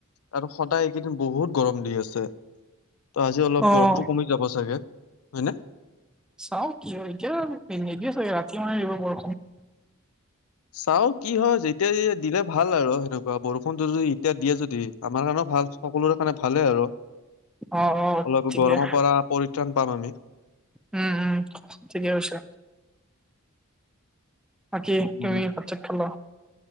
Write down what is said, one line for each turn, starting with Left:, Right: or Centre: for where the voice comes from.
Left: আৰু সদায় এইকেইদিন বহুত গৰম দি আছে। ত' আজি অলপ
Centre: অ'।
Left: গৰমতটো কমি যাব চাগে হয় নে?
Centre: চাও কি হয় এতিয়া নিদিয়ে চাগে ৰাতি মানে দিব বৰষুণ।
Left: চাও কি হয় যেতিয়া দিলে ভাল আৰু সেনেকুৱা বৰষুণটো যদি এতিয়া দিয়ে যদি আমাৰ কাৰণেও ভাল সকলোৰে কাৰণে ভালেই আৰু
Centre: অ' অ'।
Left: অলপ
Centre: ঠিকে
Left: গৰমৰ পৰা পৰিত্ৰাণ পাম আমি।
Centre: উম, উম, উম ঠিকে আছে। বাকি
Left: উম।
Centre: তুমি ভাত-চাত খালা?